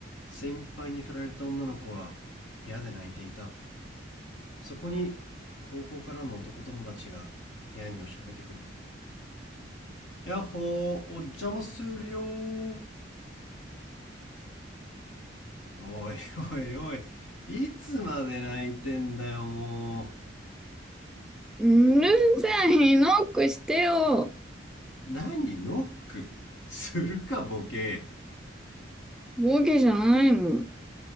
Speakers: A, on the left; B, in the centre.
A: 先輩に振られた女の子は部屋で泣いていたそこに高校からの男友達が部屋に押しかけてくるやっほーお邪魔するよーおいおいおいいつまで泣いてんだよも
B: うるせえ、ひノックしてよ。
A: う何ノックするかボケ
B: ボケじゃないもん。